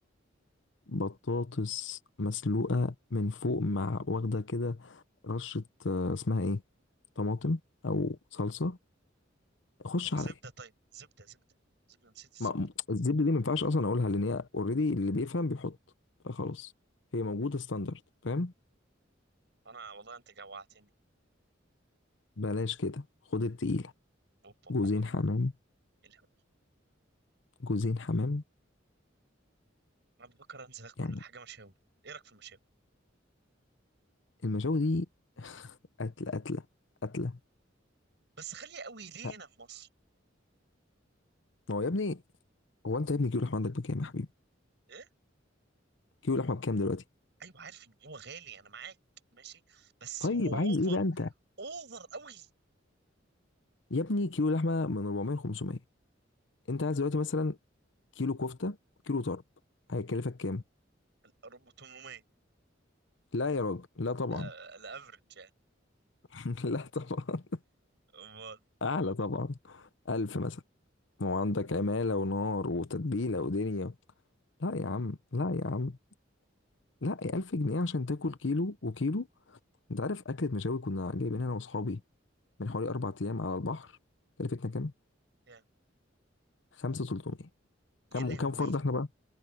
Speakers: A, on the left (about 70°); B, on the right (about 60°).
A: بطاطس مسلوقة من فوق مع واخدة كده رشة آه، اسمها ايه طماطم او صلصة خش
B: طب زبدة
A: على ايه
B: طيب زبدة زبدة زبدة نسيت الزبدة
A: ما م- الزبدة دي ما ينفعش اصلا اقولها لان هي اوريدي اللي بيفهم بيحط فخلاص هي موجودة ستاندرد فاهم
B: انا والله انت جوعتني
A: بلاش كده خد التقيلة
B: اوبا
A: جوزين
B: أوبا.
A: حمام
B: إيه الهبل
A: جوزين حمام
B: انا بفكر انزل اكل
A: يعني
B: حاجة مشاوي ايه رأيك في المشاوي
A: المشاوي دي قتلة قتلة قتلة
B: بس غالية قوي ليه
A: لا،
B: هنا في مصر
A: ما هو يا ابني هو انت يا ابني كيلو لحمة عندك بكام يا حبيبي
B: ايه
A: كيلو لحمة بكام دلوقتي
B: ايوه عارف ان هو غالي انا معاك ماشي بس
A: طيب
B: هو اوفر
A: عايز ايه بقى انت
B: اوفر قوي
A: يا ابني كيلو لحمه من 400 500 انت عايز دلوقتي مثلا كيلو كفته وكيلو طرب هيكلفك كام
B: ال 800
A: لا يا راجل لا طبعا
B: الافرج يعني
A: <laughs> لا طبعا
B: امال
A: اعلى طبعا ألف مثلا ما هو عندك عماله ونار وتتبيله ودنيا لا يا عم لا يا عم لا يا ألف جنيه عشان تاكل كيلو وكيلو انت عارف اكله مشاوي كنا جايبين انا واصحابي من حوالي اربع ايام على البحر كلفتنا كام
B: كام
A: 5300
B: يا
A: كام
B: لهوي
A: كام فرد احنا بقى